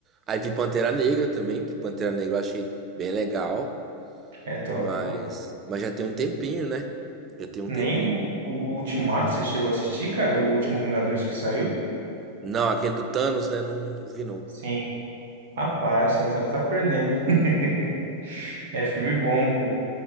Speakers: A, on the right; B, on the right.
A: Aí vi Pantera Negra também, que Pantera Negra eu achei bem legal.
B: é top,
A: Mas,
B: pô.
A: mas já tem um tempinho, né? Já tem um
B: Nem
A: tempinho.
B: o, o, o Ultimato você chegou a assistir, cara? O último Vingadores que saiu?
A: Não, aquele do Thanos, né? Não, não vi, não.
B: Sim. Rapaz, você não sabe o que tá perdendo. <laughs> É filme bom, pô.